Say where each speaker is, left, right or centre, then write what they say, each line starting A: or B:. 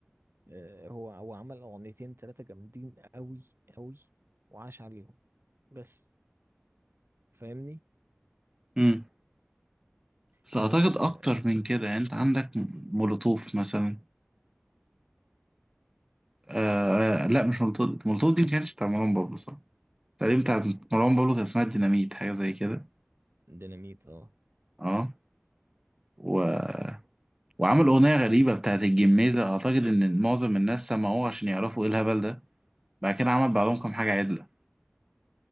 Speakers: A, on the right (about 75°); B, on the right (about 15°).
A: آه، هو هو عمل اغنيتين ثلاثه جامدين قوي قوي وعاش عليهم بس فاهمني
B: امم بس
A: يعني
B: اعتقد
A: انا شايف
B: اكتر
A: ان
B: من كده يعني انت عندك مولوتوف مثلا آه آه، لا مش مولوتوف مولوتوف دي ما كانتش بتاع مروان بابلو صح تقريبا بتاع مروان بابلو كان اسمها ديناميت حاجه زي كده
A: ديناميت اه
B: اه و... وعمل اغنيه غريبه بتاعت الجميزه اعتقد ان معظم الناس سمعوها عشان يعرفوا ايه الهبل ده بعد كده عمل بعضهم كام حاجة عدلة